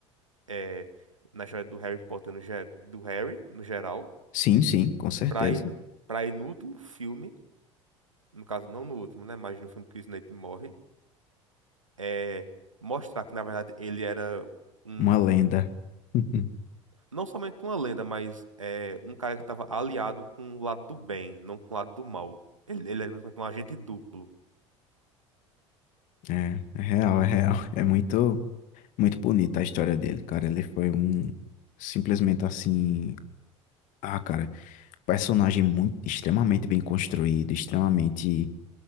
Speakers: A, on the right; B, on the left.
A: é, na história do Harry Potter, no, ge- do Harry, no geral,
B: Sim, sim, com certeza.
A: pra ir, pra ir no último filme, no caso, não no último, né? Mas no filme que o Snape morre, é, mostrar que, na verdade, ele era um.
B: Uma lenda. <laughs>
A: Não somente uma lenda, mas é, um cara que estava aliado com o lado do bem, não com o lado do mal. Ele, ele era basicamente um agente duplo.
B: É, é real, é real. <laughs> É muito, muito bonita a história dele, cara. Ele foi um simplesmente assim, ah, cara, personagem muito extremamente bem construído, extremamente